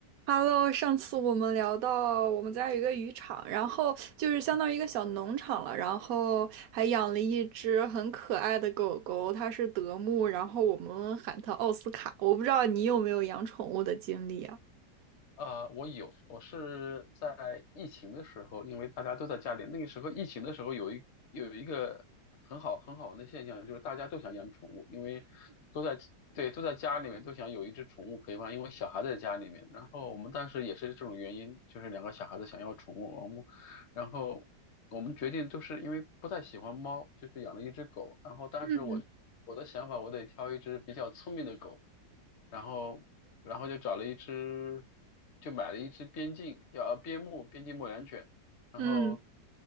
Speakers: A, on the right; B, on the left.
A: Hello，上次我们聊到我们家有一个渔场，然后就是相当于一个小农场了，然后还养了一只很可爱的狗狗，它是德牧，然后我们喊它奥斯卡。我不知道你有没有养宠物的经历啊？
B: 啊，我有，我是在疫情的时候，因为大家都在家里，那个时候疫情的时候有一有一个很好很好玩的现象，就是大家都想养宠物，因为都在对都在家里面都想有一只宠物陪伴，因为小孩在家里面。然后我们当时也是这种原因，就是两个小孩子想要宠物，我们然后我们决定就是因为不太喜欢猫，就是养了一只狗。然后当时我我的想法，
A: 嗯
B: 我得挑一只比较聪明的狗。然后然后就找了一只，就买了一只边境叫呃边牧边境牧羊犬，然后
A: 嗯